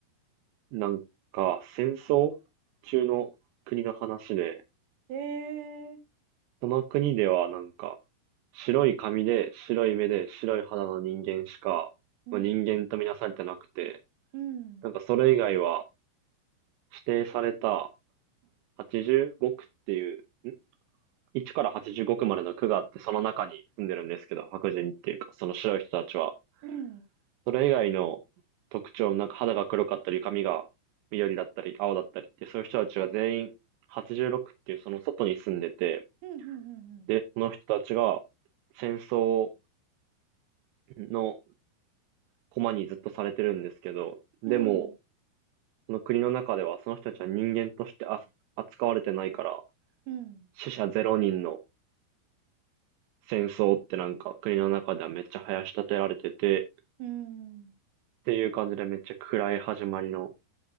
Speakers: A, on the right; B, on the right.
A: なんか、戦争中の国の話で、
B: へえー。
A: その国ではなんか、白い髪で、白い目で、白い肌の人間しか、
B: うん。
A: まあ、人間とみなされてなくて、
B: うん。
A: なんかそれ以外は指定された85区っていう、ん1から85区までの区があって、その中に住んでるんですけど、白人っていうか、その白い人たちは、
B: うん。うん。
A: それ以外の特徴、なんか肌が黒かったり、髪が緑だったり、青だったりって、そういう人たちは全員86っていうその外に住んでて、
B: うん。うん。うん。
A: で、その人たちが戦争の駒にずっとされてるんですけど、でも、
B: うん
A: その国の中ではその人たちは人間としてあ扱われてないから、
B: うん。
A: 死者ゼロ人の戦争ってなんか国の中ではめっちゃ囃し立てられてて、
B: うん。
A: っていう感じでめっちゃ暗い始まりの